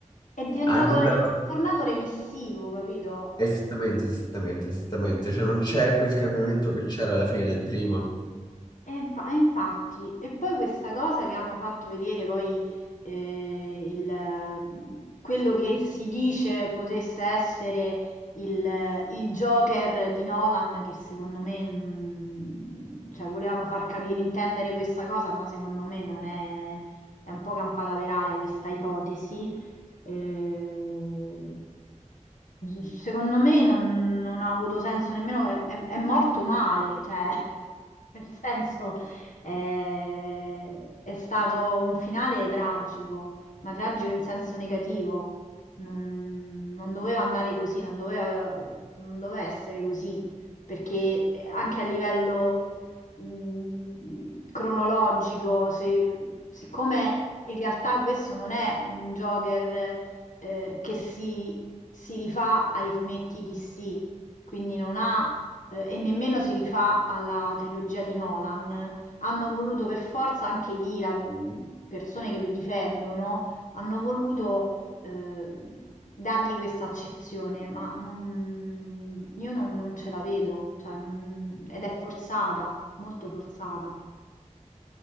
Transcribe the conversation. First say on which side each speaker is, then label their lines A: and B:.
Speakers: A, on the left; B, on the left.
A: È diventato
B: annullano
A: re- è tornato remissivo, capito?
B: esattamente, esattamente, esattamente, cioè non c'è quel cambiamento che c'era alla fine del primo.
A: E, infa- e infatti, e poi questa cosa che hanno fatto vedere poi eh, il, ehm, quello che si dice potesse essere il, il Joker di Nolan, che secondo me, mh, cioè, volevano far capire, intendere questa cosa, ma secondo me non è, è un po' campata per aria questa ipotesi. Eh, Secondo me non, non ha avuto senso nemmeno, è, è- è morto male, cioè, <laughs> nel senso, eh, è stato un finale tragico, ma tragico in senso negativo. Non, non doveva andare così, non doveva, non doveva essere così, perché eh, anche a livello mh, cronologico, se- siccome in realtà questo non è un Joker eh, che si, si rifà ai fumetti DC, quindi non ha, eh, e nemmeno si rifà alla trilogia di Nolan, hanno voluto per forza anche chi, la, persone che lo difendono, hanno voluto eh, dargli questa accezione, ma non- io non, non ce la vedo, cioè non- ed è forzata molto forzata.